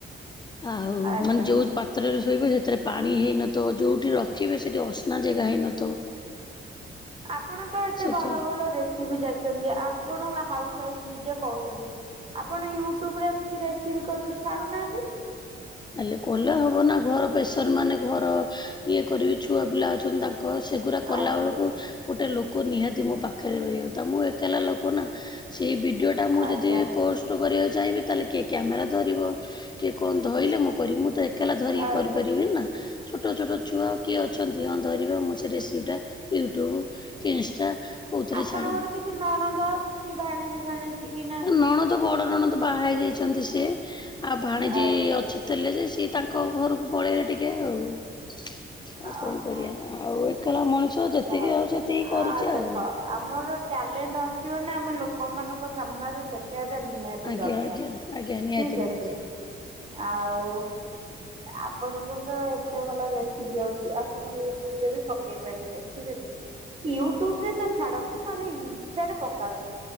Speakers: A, on the left; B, on the right.
A: ଆଉ
B: ଆଜ୍ଞା
A: ମାନେ ଯୋଉ ବା ପାତ୍ରରେ ଶୋଇବେ ସେଥିରେ ପାଣି ହେଇନଥିବ ଯଉଠି ରଖିବେ ସେଠି ଅସନା ଜାଗା ହେଇନ
B: ଆପଣ ତ ଏତେ
A: ସେଠି
B: ଭଲ ଭଲ ରେସିପି ଯା ଛନ୍ତି ଆପଣ ହାଉସ ୱାଇଫ ନିଜେ କହୁଛନ୍ତି। ଆପଣ ୟୁଟ୍ୟୁବରେ ଏମିତି ରେସିପି କରିକି ଛାଡୁନାହାନ୍ତି।
A: ଆଜ୍ଞା କଲେ ହେବ ନା ଘର ପ୍ରେସର ମାନେ ଘର ଇଏ କରିବି ଛୁଆ ପିଲା ଅଛନ୍ତି ତାଙ୍କ ସେ ଗୁରା କଲାବେେଳକୁ
B: ଆଜ୍ଞା।
A: ଗୋଟେ ଲୋକ ନିହାତି ମୋ ପାଖରେ ରହିବା କଥା ମୁଁ ଏକଲା ଲୋକ ନା। ସେଇ ଭିଡିଓ ଟା ମୁଁ
B: ଆଜ୍ଞା
A: ଯଦି ପୋଷ୍ଟ କରିବାକୁ ଚାହିଁବି ତାହେଲେ କିଏ କ୍ୟାମେରା ଧରିବ କିଏ କହ ଧଇଲେ ମୁଁ କରିବି ମୁଁ ତ ଏକଲା ଧରିକି
B: ଆଜ୍ଞା।
A: କରିପାରିବିନି ନା। ଛୋଟ ଛୋଟ ଛୁଆ ଆଉ କିଏ ଅଛନ୍ତି ହଁ ଧରିବ ମୁଁ ସେ ରେସିପିଟା ୟୁଟ୍ୟୁବ୍ କି ଇନଷ୍ଟା କୋଉଥିରେ
B: ଆପଣଙ୍କର
A: ଛାଡିବି
B: କିଛି ନଣନ୍ଦ କି ଭାଣିଜି ଫାଣିଜି କି ନାହାନ୍ତି?
A: ନଣ ତ ବଡ ନଣନ୍ଦ ତ ବାହା ହେଇ ଯାଇଛନ୍ତି ସିଏ ଆଉ ଭାଣିଜୀ
B: ଆଜ୍ଞା
A: ଅ ଛ ଥିଲେ ଯେ ସିଏ ତାଙ୍କ ଘରକୁ ପଳେଇଲେ ଟିକେ ଆଉ ଆଉ
B: ଓହୋ
A: କଣ କରିବା ଆଉ ଏକଲା ମଣିଷ ଯେତିକି
B: ଜଣେ।
A: ଆଉଚି ହେତିକି
B: ଆ
A: କରୁଛି
B: ଦେଖ
A: ଆଉ।
B: ଆମର ଟ୍ୟାଲେଣ୍ଟ ଅଛି ମାନେ ଆମେ ଲୋକମାନଙ୍କ ସାମ୍ନାରେ ଦେଖ ଖେଇବା ଟା ନିହାତି
A: ଆଜ୍ଞା
B: ଦରକାର
A: ଆଜ୍ଞା ଆଜ୍ଞା ନିହାତି
B: ଠିକ
A: ନିହାତି
B: ଅଛି। ଆଉ ଆପଣଙ୍କୁ ତ ଏତେ ଭଲ ରେ <unintelligible> ଆପଣ ୟୁଟ୍ୟୁବ ରେ ବି ପକେଇ ପାରିବେ ଠିକ ଅଛି। ୟୁଟ୍ୟୁବ ରେ ତ ଛାଡନ୍ତୁ ନହେଲେ ଇନଷ୍ଟାରେ ପକାନ୍ତୁ